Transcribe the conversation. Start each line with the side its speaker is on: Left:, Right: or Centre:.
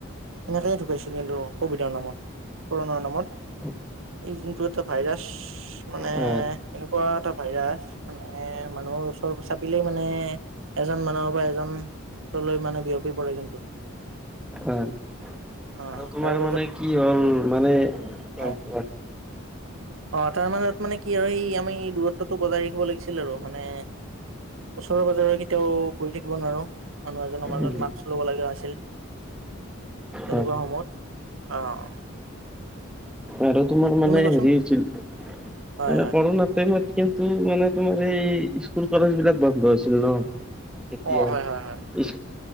Right: এনেকেইে ঢুকাইছিল কিন্তু কভিডৰ নামত কৰোণাৰ নামত
Centre: অ
Right: এই যোনটো এটা ভাইৰাছ মানে
Centre: হয়
Right: এনেকুৱা এটা ভাইৰাছ মানে মানুহৰ ওচৰ চাপিলেই মানে এজন মানুহৰ পৰা এজনলৈ মানে বিয়পি পৰে কিন্তু
Centre: অ আৰু
Right: অ
Centre: তোমাৰ
Right: তাৰ পাছত
Centre: মানে কি হ'ল মানে
Right: হয়
Centre: অ ক
Right: অ তাৰ মাজত মানে কি আৰু এই আমি দূৰত্বটো বজাই ৰাখিব লাগিছিল আৰু মানে ওচৰে পাজৰে কেতিয়াও বহি থাকিব নোৱাৰো মানুহ এজনৰ মাজত
Centre: উম
Right: মাস্ক লব লগা আছিল তেনেকুৱা
Centre: হয়
Right: সময়ত অ অ
Centre: আৰু তোমাৰ মানে
Right: কোৱাচোন
Centre: হেৰি হৈছিল
Right: হয়
Centre: মানে
Right: হয়
Centre: কৰোনাতে মই কিন্তু মানে তোমাৰ এই স্কুল কলেজ বিলাক বন্ধ আছিল ন যেতিয়া
Right: অ হয় হয় হয়
Centre: ইছ